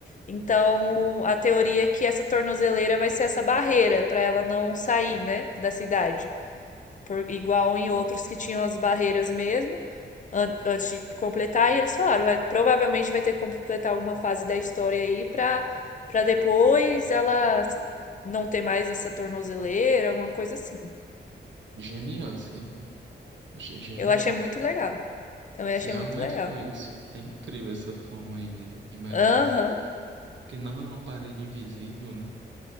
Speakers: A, on the left (about 40°); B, on the right (about 75°).
A: Então, a teoria é que essa tornozeleira vai ser essa barreira para ela não sair, né, da cidade. Por, igual em outros que tinham as barreiras mesmo. an- antes de completar, e eles falaram, vai, provavelmente vai ter que completar alguma fase da história aí para para depois ela não ter mais essa tornozeleira, alguma coisa assim.
B: Genial isso aí, viu? Achei genial.
A: Eu achei muito legal. Também
B: Se
A: achei
B: realmente
A: muito legal.
B: foi isso, é incrível essa forma aí de, de mecânica.
A: Aham.
B: que não é uma parede invisível, né?